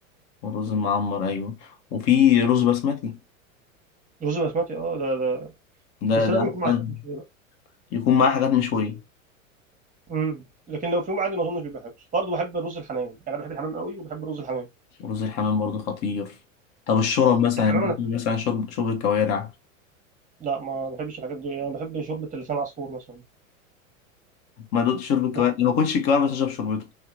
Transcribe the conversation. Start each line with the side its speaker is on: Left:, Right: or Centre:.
Left: والرز المعمر ايوه وفي رز بسمتي
Right: رز بسمتي اه ده ده
Left: ده
Right: بس
Left: ده
Right: لازم يكون مع
Left: احسن
Right: فراخ مشويه بقى
Left: يكون معاه حاجات مشوية
Right: امم لكن لو في يوم عادي ما اظنش بيبقى حلو برضه بحب الرز الحمام يعني انا بحب الحمام قوي وبحب الرز الحمام
Left: ورز الحمام برضه خطير طب الشرب مثلا
Right: الحمام
Left: انت
Right: انا
Left: بتقول
Right: بحب.
Left: مثلا شرب شرب الكوارع
Right: لا ما بحبش الحاجات دي انا بحب شوربه اللسان العصفور مثلا
Left: ما دقت شرب الكوارع
Right: الحاجات
Left: أنا ما كنتش الكوارع بس اشرب شربته